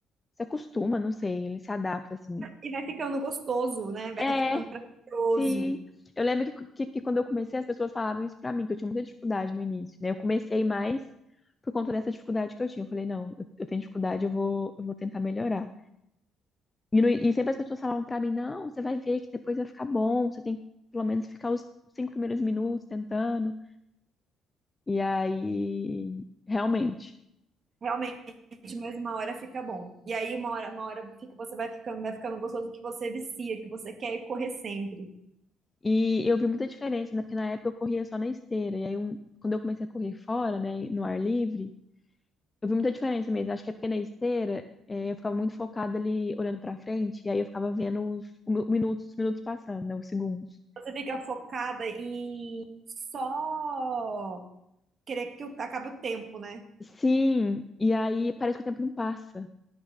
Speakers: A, on the left (about 25°); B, on the right (about 45°).
A: se acostuma, não sei, ele se adapta, assim.
B: E vai ficando gostoso, né? Vai
A: É,
B: ficando prazeroso.
A: sim. Eu lembro que, que, que quando eu comecei, as pessoas falavam isso pra mim, que eu tinha muita dificuldade no início, né? Eu comecei mais por conta dessa dificuldade que eu tinha. Eu falei, não, eu, eu tenho dificuldade, eu vou, eu vou tentar melhorar. E, no- e sempre as pessoas falavam pra mim, não, você vai ver que depois vai ficar bom, você tem que pelo menos ficar os cinco primeiros minutos tentando. E aí, realmente.
B: Realmente, mas uma hora fica bom. E aí uma hora, uma hora fica, você vai ficando, vai ficando gostoso que você vicia, que você quer ir correr sempre.
A: E eu vi muita diferença, né? Porque na época eu corria só na esteira. E aí, um- quando eu comecei a correr fora, né, no ar livre, eu vi muita diferença mesmo. Acho que é porque na esteira, eh, eu ficava muito focada ali olhando pra frente, e aí eu ficava vendo os, o minutos, os minutos passando, né? Os segundos.
B: Você fica focada em só querer que o- acabe o tempo, né?
A: Sim, e aí parece que o tempo não passa.